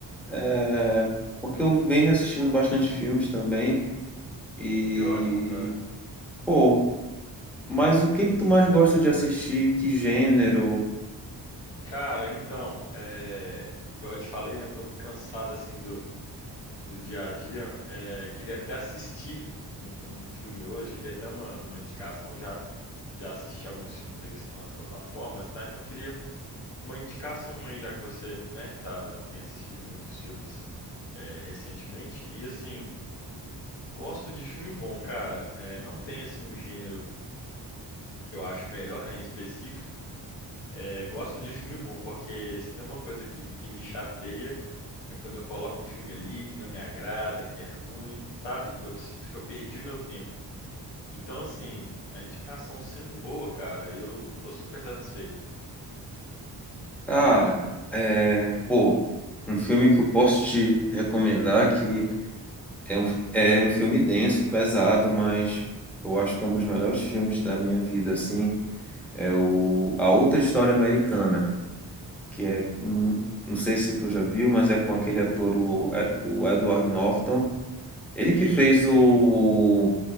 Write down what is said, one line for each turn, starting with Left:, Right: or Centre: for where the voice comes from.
Centre: é, porque eu venho assistindo bastante filmes também e,
Left: Que ótimo, cara.
Centre: pô, mas o que que tu mais gosta de assistir? Que gênero?
Left: Cara, então, é, igual eu te falei, né? Tô cansado assim do, do dia a dia. É, queria até assistir um, um um filme hoje, queria até uma, uma indicação. Já, já assisti alguns filmes aí que estão nas plataformas, tá? Então queria uma indicação aí, já que você, né, tá, tem assistido muitos filmes é, recentemente. E assim, gosto de filme bom, cara. É, não tem assim um gênero que eu acho melhor, né, em específico, é, gosto de filme bom, porque se tem uma coisa que, que me chateia é quando eu coloco um filme ali que não me agrada, que é ruim, sabe? Que eu sinto que eu perdi o meu tempo. Então, assim, a indicação sendo boa, cara, eu tô super satisfeito.
Centre: Cara, é, pô, um filme que eu posso te recomendar que é um, é um filme denso, pesado, mas eu acho que é um dos melhores filmes da minha vida, assim, é o A Outra História Americana, que é, hum, não sei se tu já viu, mas é com aquele ator, o, é, o Edward Norton, ele
Left: Sim,
Centre: que fez
Left: sim,
Centre: o,